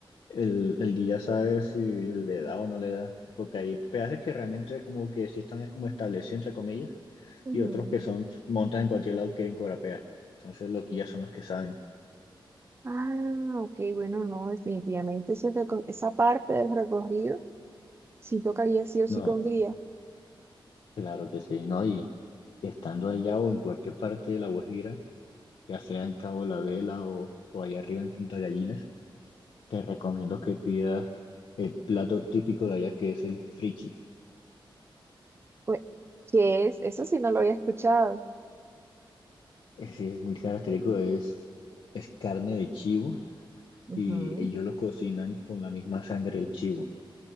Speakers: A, on the left (about 75°); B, on the right (about 30°).
A: El, el guía sabe si le da o no le da, porque hay peajes que realmente como que sí están es como establecidos entre comillas
B: Ujú.
A: y otros que son montan en cualquier lado quieren cobrar peaje. Entonces los guías son los que saben.
B: Ah, ok, bueno, no, definitivamente ese reco- esa parte del recorrido sí tocaría sí o sí
A: No,
B: con guía.
A: claro que sí, ¿no? Y estando allá o en cualquier parte de La Guajira, ya sea en Cabo de La Vela o, o allá arriba en Punta Gallinas, te recomiendo que pidas el plato típico de allá que es el frichi.
B: Ue- ¿Qué es? Eso sí no lo había escuchado.
A: Ese es muy característico, es, es carne de chivo
B: Ujú.
A: y ellos lo cocinan con la misma sangre del chivo.